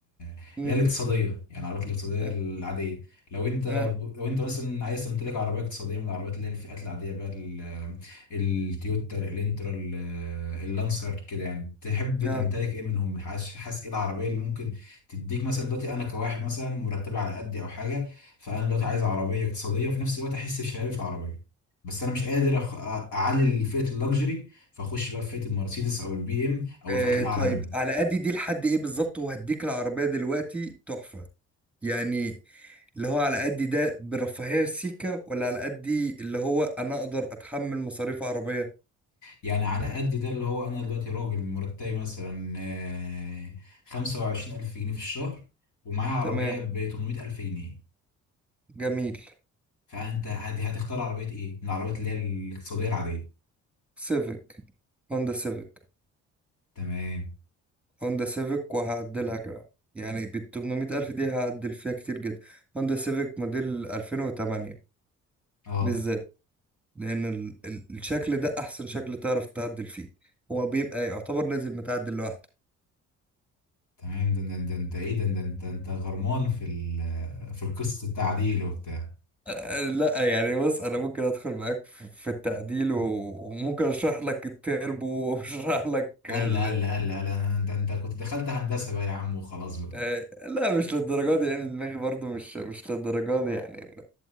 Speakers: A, on the left (about 75°); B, in the centre.
A: اللي
B: امم
A: هي الاقتصاديه يعني العربيات الاقتصاديه
B: اه
A: العاديه لو انت
B: اه
A: لو انت مثلا عايز تمتلك عربيه اقتصاديه من العربيات اللي هي الفئات العاديه بقى ال... التويوتا الانترا ال- اللانسر كده يعني تحب
B: اه
A: تمتلك ايه منهم حاسس حاسس ايه العربيه اللي ممكن تديك مثلا دلوقتي انا كواحد مثلا مرتب على قدي او حاجه فانا دلوقتي عايز عربيه اقتصاديه وفي نفس الوقت احس بشبابي في العربيه بس انا مش قادر أخ... اعلي فئه اللوكسجري فاخش بقى في فئه المرسيدس او البي ام او
B: آه،
A: الفئات الاعلى
B: طيب
A: منه
B: على قد دي لحد ايه بالظبط وهديك العربية دلوقتي تحفة يعني اللي هو على قد ده برفاهية سيكا ولا على قد دي اللي هو انا اقدر اتحمل مصاريف عربية
A: يعني على قد ده اللي هو انا دلوقتي راجل مرتبي مثلا آه، 25000 جنيه في الشهر ومعايا عربيه
B: تمام
A: ب 800000 جنيه
B: جميل
A: فانت هت- هتختار عربيه ايه من العربيات اللي هي الاقتصاديه العاديه
B: سيفيك هوندا سيفيك
A: تمام
B: هوندا سيفيك وهعدلها كمان يعني بال 800 ألف دي هعدل فيها كتير جدا هوندا سيفيك موديل 2008
A: اه
B: بالذات لأن ال- ال- الشكل ده أحسن شكل تعرف تعدل فيه هو بيبقى يعتبر نازل متعدل لوحده
A: تمام ده ده ده انت ايه ده ده انت انت غرمان في ال- في القسط التعديل وبتاع
B: أه، لا يعني بص أنا ممكن أدخل معاك في في التعديل و- وممكن أشرح لك التربو <laughs> وأشرح لك
A: قال
B: ال...
A: لا قال لا قال لا قال لا، ده انت كنت دخلت هندسه بقى يا عم وخلاص بقى
B: أه، لا مش للدرجة دي يعني دماغي برضو مش مش للدرجة دي يعني